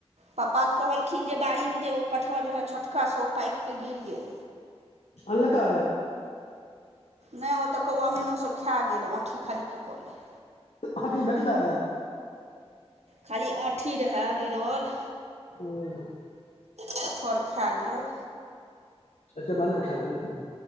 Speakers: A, on the right; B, on the left.
A: पापा तऽ कहलखिन जे बाड़ीमे जे ओ कटहर रहै छोटका, सँ ओ पाकि क गिर गेल।
B: आनल कै।
A: नै हो तऽ कौआ मैना सब खे गेल अँठी खाली फेकलऽ ऐ।
B: त आँठी भेटलय?
A: खाली आँठी रहे गिरल।
B: ओन
A: कटहर खे गेल।
B: अच्छा बानर खे गेलै।